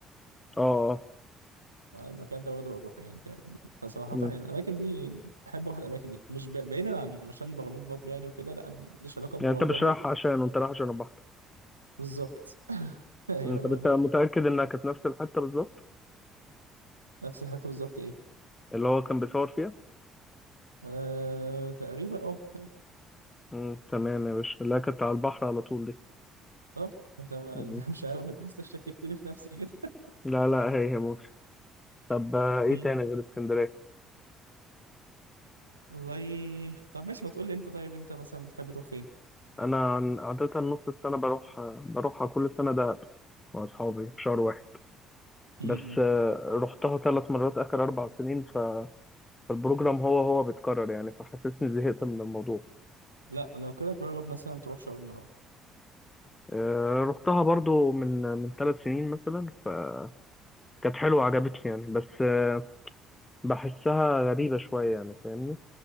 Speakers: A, on the left (about 20°); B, on the right (about 90°).
A: اه اه
B: فالمكان ده واخده بروحه يعني فاهمني فصراحة
A: مم.
B: يعني الأماكن دي بحب أروح الأماكن دي مش ب- بعيدا عن عشان مروان بابلو يعني وكده لا أنا ماليش علاقة بمروان
A: يعني انت مش
B: بابلو
A: رايح عشان انت رايح عشان البحر
B: بالظبط <laughs> أيوه
A: مم. طب
B: هو
A: انت
B: ده
A: متأكد انها كانت نفس الحتة بالظبط
B: نفس الحتة بالظبط إيه
A: اللي هو كان بيصور فيها
B: آه... تقريبا أه أيوه
A: مم. تمام يا باشا لا كانت على البحر على طول دي
B: أه أنت <laughs> أنت
A: مم.
B: مش عارف أنت حاسس شككتني في نفسي كده <laughs>
A: لا لا هي هي طب آه، ايه
B: م-م.
A: تاني غير اسكندريه
B: والله طب ماشي ما تقول لي أنت طيب أنت مثلا بتحب تروح فين؟
A: انا عن- عاده نص السنه بروح آه، بروحها كل سنه دهب مع اصحابي في شهر واحد
B: م-م.
A: بس آه، رحتها ثلاث مرات اخر اربع سنين ف- فالبروجرام هو هو بيتكرر يعني فحسسني زهقت من الموضوع
B: لا لو كده جرب مثلا تروح شرم بقى
A: آه، رحتها برضو من من ثلاث سنين مثلا فكانت حلوه عجبتني يعني بس آه، بحسها غريبه شويه يعني فاهمني